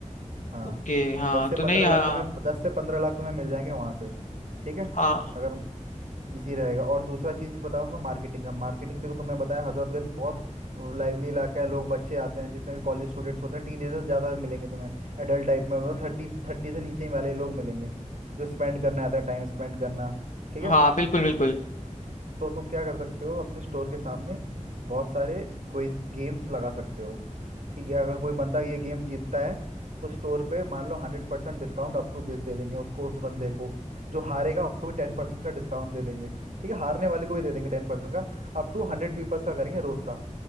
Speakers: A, on the right; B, on the left.
A: हाँ
B: ओके हाँ
A: दस से
B: तो
A: पंद्रह
B: नहीं हाँ
A: लाख तुम्हें दस से पंद्रह लाख तुम्हें मिल जाएंगे वहां से ठीक है
B: हाँ
A: अगर इजी रहेगा और दूसरा चीज बता रहा हूँ तुम्हें मार्केटिंग का मार्केटिंग देखो तुमने बताया हजरतगंज बहुत लाइवली इलाका है लोग बच्चे आते हैं जितने भी कॉलेज स्टूडेंट्स होते हैं टीनेजर्स ज्यादा मिलेंगे तुम्हें एडल्ट टाइप में मतलब थर्टी थर्टी से नीचे ही वाले लोग मिलेंगे जो स्पेंड करने आते हैं टाइम स्पेंड करना ठीक है
B: हाँ बिल्कुल बिल्कुल
A: तो तुम क्या कर सकते हो अपने स्टोर के सामने बहुत सारे क्विज गेम्स लगा सकते हो ठीक है अगर कोई बंदा ये गेम जीतता है तो स्टोर पे मान लो हंड्रेड परसेंट डिस्काउंट अप टू दिस दे देंगे उसको उस बंदे को जो हारेगा उसको भी टेन परसेंट का डिस्काउंट दे देंगे ठीक है हारने वाले को भी दे देंगे टेन परसेंट का अप टू हंड्रेड पीपल्स का करेंगे रोज का